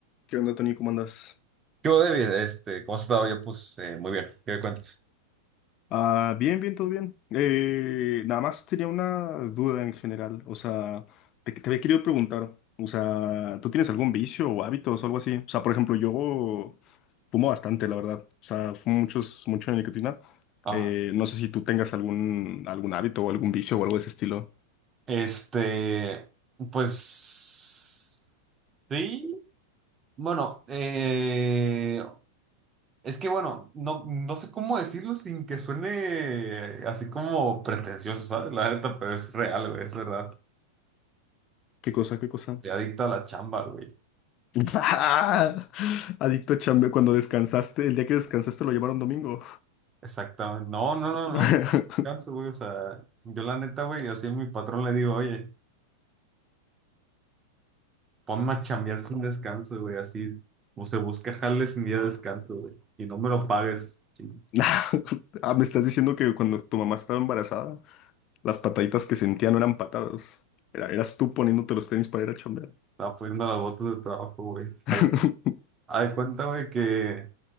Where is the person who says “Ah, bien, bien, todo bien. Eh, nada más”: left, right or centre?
Left